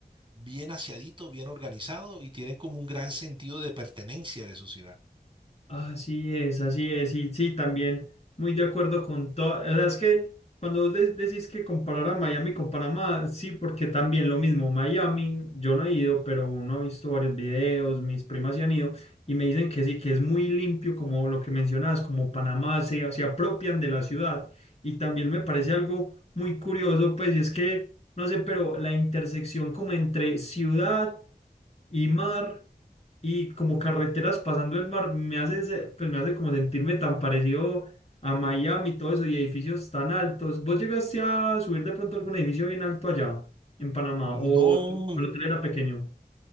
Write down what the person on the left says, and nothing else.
Así es, así es, y sí, también muy de acuerdo con todo. O sea, es que cuando vos de- decís que comparar a Miami con Panamá, sí, porque también lo mismo, Miami, yo no he ido, pero uno ha visto varios videos, mis primas se han ido y me dicen que sí, que es muy limpio, como lo que mencionabas, como Panamá se, se apropian de la ciudad. Y también me parece algo muy curioso, pues, y es que, no sé, pero la intersección como entre ciudad y mar y como carreteras pasando el mar, me hace, se- pues me hace como sentirme tan parecido a Miami y todo eso y edificios tan altos. ¿Vos llegaste a subir de pronto algún edificio bien alto allá en Panamá
o tu- o el hotel era pequeño?